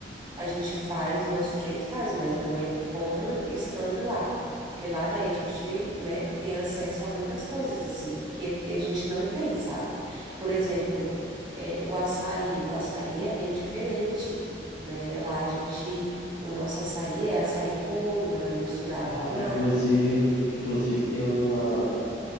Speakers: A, on the right (about 25°); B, on the left (about 80°).
A: A gente faz do nosso jeito, faz, mas não é como estando lá, porque lá daí a gente, né, tem acesso a muitas coisas, assim, que aqui a gente não tem, sabe? Por exemplo, é, o açaí, o açaí é bem diferente, né? Lá a gente, o nosso açaí é açaí puro, não é misturado
B: Ah,
A: com nada.
B: inclusive, inclusive tem uma